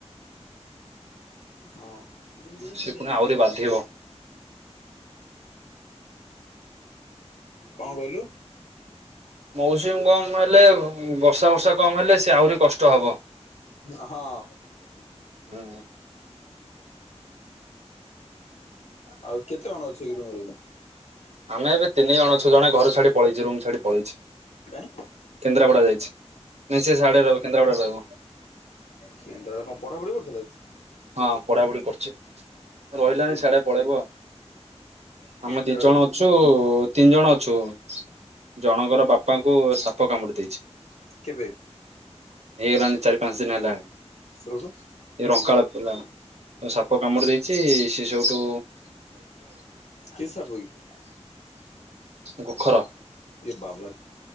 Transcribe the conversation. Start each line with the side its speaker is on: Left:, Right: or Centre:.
Left: ହଁ। କଣ
Right: ସିଏ ପୁଣି ଆହୁରି ବାଧିବ।
Left: କହିଲୁ?
Right: ମୌସୁମୀ କମ ହେଲେ ବର୍ଷା ବର୍ଷା କମ ହେଲେ ସେ ଆହୁରି କଷ୍ଟ ହବ।
Left: <inaudible> ହଁ। <unintelligible> <inaudible>
Right: ହୁଁ
Left: ଆଉ କେତେ କଣ ଅଛ କି ରୁମ୍ ରେ?
Right: ଆମେ ଏବେ ତିନି ଜଣ ଅଛୁ। ଜଣେ ଘର ଛାଡି ପଳେଇଛି। ରୁମ୍ ଛାଡି ପଳେଇଛି।
Left: କାଇଁ
Right: କେନ୍ଦ୍ରାପଡା ଯାଇଛି। ନାଇଁ ସେ ସିଆଡେ ରହିବ କେନ୍ଦ୍ରାପଡା ରେ ରହିବ।
Left: କେନ୍ଦ୍ରରେ କଣ ପଢାପଢି କରୁଥିଲା କି?
Right: ହଁ ପଢାପଢି କରୁଛି। ରହିଲାନି
Left: ଆଉ କେ
Right: ସିଆଡେ ପଳେଇବଉ
Left: କେନ୍ଦ୍ରାରେ
Right: ଆମେ ଦି ଜଣ
Left: ହୁଁ
Right: ଅଛୁ। ତୁ ତିନି ଜଣ ଅଛୁ। ଜଣଙ୍କର ବାପାଙ୍କୁ ସାପ କାମୁଡି ଦେଇଛି।
Left: କେବେ
Right: ହେଇଗଲାଣି ଚାରି ପାଞ୍ଚ ଦିନ ହେଲାଣି।
Left: ସେଡୁ?
Right: ଏ ରଙ୍କାଳ ଥିଲା ସେ ସାପ କାମୁଡି ଦେଇଛି ସେ ସେଇଠୁ
Left: କି ସାପ କି?
Right: ଗୋଖର
Left: ଏ ବାବର